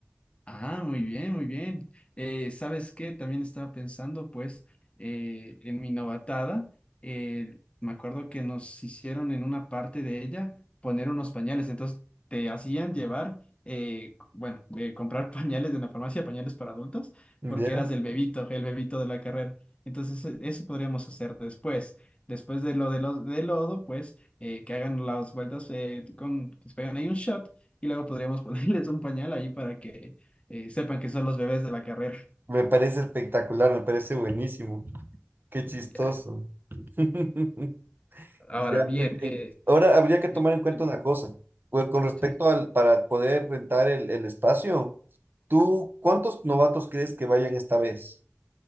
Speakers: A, on the left; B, on the right.
A: Ah, muy bien, muy bien. Eh, ¿sabes qué? También estaba pensando, pues, eh, en mi novatada. eh, me acuerdo que nos hicieron en una parte de ella poner unos pañales. Entonces, te hacían llevar, eh, bueno, eh, comprar <laughs> pañales de la farmacia, pañales para adultos,
B: ¿Ya?
A: porque eras el bebito, el bebito de la carrera. Entonces, e- eso podríamos hacer después. Después de lo de los de lodo, pues, eh, que hagan las vueltas, eh, con, que se pegan ahí un shot. Y luego podríamos <laughs> ponerles un pañal ahí para que eh, sepan que son los bebés de la carrera.
B: Me parece espectacular, me parece buenísimo. Qué chistoso.
A: Ya.
B: <laughs>
A: Ahora,
B: Ya,
A: bien,
B: muy bien.
A: eh,
B: Ahora habría que
A: <laughs>
B: tomar en cuenta una cosa. Pues con respecto
A: sí,
B: al, para poder rentar el, el espacio, ¿tú cuántos novatos crees que vayan esta vez?